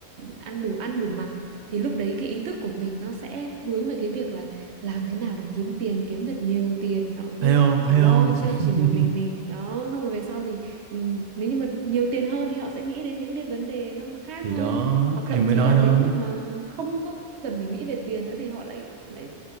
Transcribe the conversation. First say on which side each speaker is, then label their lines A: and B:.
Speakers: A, on the right (about 80°); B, on the right (about 50°).
A: ăn đủ ăn đủ mặc thì lúc đấy cái ý thức của mình nó sẽ hướng về cái việc là làm thế nào để kiếm tiền, kiếm thật nhiều tiền nọ kia
B: thấy không thấy
A: rồi lo
B: không
A: cho
B: <laughs>
A: chỉ một mình mình. Đó, xong rồi về sau thì ừ, nếu như mà nhiều tiền hơn thì họ sẽ nghĩ đến những cái vấn đề nó khác
B: thì
A: hơn
B: đó
A: hoặc
B: em
A: thậm
B: mới
A: chí
B: nói
A: là
B: đó
A: đến mức mà không có cần phải nghĩ về tiền nữa thì họ lại lại